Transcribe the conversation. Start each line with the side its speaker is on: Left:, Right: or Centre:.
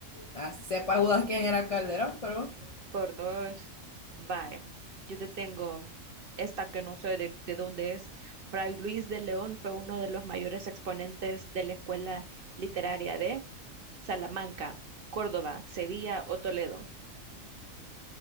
Left: Ah, sepa Judas quién era Calderón, pero
Right: Por dos. Vaya, yo te tengo esta que no sé de, de dónde es. Fray Luis de León fue uno de los mayores exponentes de la escuela literaria de Salamanca, Córdoba, Sevilla o Toledo.